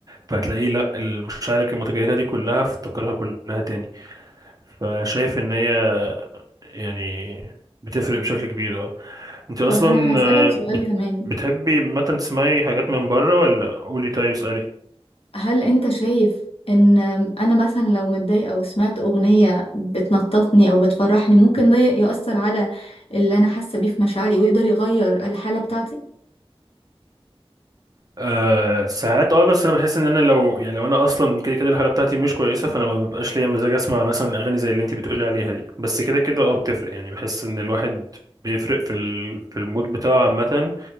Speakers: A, on the right (about 35°); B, on the left (about 65°).
A: فهتلاقيه لأ المشاعر اللي كان متجاهلها دي كلها افتكرها كلها تاني فشايف إن هي يعني بتفرق بشكل كبير اه أنت أصلا
B: طب أنا هسألك
A: آه،
B: سؤال
A: بت-
B: كمان
A: بتحبي مثلا تسمعي حاجات من بره ولا قولي طيب اسألي
B: هل أنت شايف إن أنا مثلا لو متضايقة وسمعت أغنية بتنططني أو بتفرحني ممكن ده يأثر على اللي أنا حاسة بيه في مشاعري ويقدر يغير الحالة بتاعتي؟
A: أه ساعات اه بس انا بحس ان انا لو يعني لو انا اصلا كده كده الحاله بتاعتي مش كويسه فانا ما ببقاش ليا مزاج اسمع مثلا اغاني زي اللي انت بتقولي عليها دي بس كده كده اه بتفرق يعني بحس ان الواحد بيفرق في ال... في المود بتاعه عامه